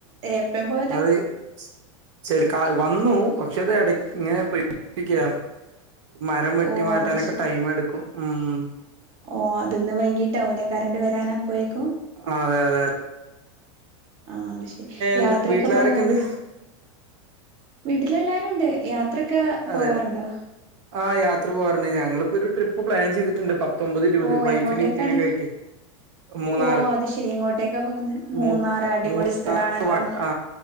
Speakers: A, on the right; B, on the right.
A: ഏ എപ്പഴും പൊ
B: അത് സെ സെഡ് കാൽ വന്നു പക്ഷേ അത് എട ഇങ്ങനെ പെട്പ്പിക്യാ. മരം വെട്ടി
A: ഓ
B: മാറ്റാനൊക്കെ
A: അത്
B: ടൈം എടുക്കും. ഉം
A: ഓഹ്, അത്ന്ന് വൈകീട്ടാവുല്ലെ കരണ്ട് വരാനാ അപ്പൊയേക്കും
B: ആഹ് അതെ അതെ അ
A: ആഹ് അത് ശരി യാത്ര
B: എന്താ വീട്ടിലാരൊക്കെണ്ട്
A: ഒക്കെ പോകാറുണ്ടോ? വീട്ടിലെല്ലാരും ഉണ്ട്. യാത്രൊക്കെ
B: അതെല്ലേ
A: പോകാറുണ്ടോ
B: ആഹ് യാത്ര പോകാറുണ്ട് ഞങ്ങളിപ്പോ ഒരു ട്രിപ്പ് പ്ലാൻ ചെയ്തിട്ടുണ്ട്. പ- തൊമ്പത് ഇരുപത്
A: ഓ
B: വൈഫിനീം
A: എങ്ങോട്ടേക്കാണ്
B: കുട്ടീനൊക്കെ ആയിട്ട്. മൂന്നാറ്
A: ഓ അത് ശെരി എങ്ങോട്ടേക്കാ പോകുന്നെ മൂന്നാറ്
B: മൂ
A: അടിപൊളി
B: മൂ
A: സ്ഥലാണല്ലോ
B: ന്നാ റ് വട്ട് ആ